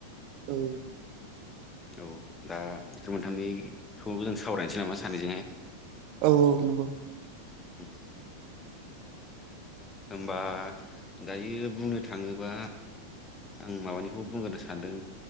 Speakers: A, on the right; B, on the left.
A: औ।
B: औ दा बिसोर मोनथामनिखौ जों सावरायनोसै नामा सानैजोंहाय।
A: औ औ नंगौ।
B: उम।
A: <unintelligible>
B: होम्बा दायो बुंनो थाङोबा। आं माबानिखौ बुंग्रोनो सानदों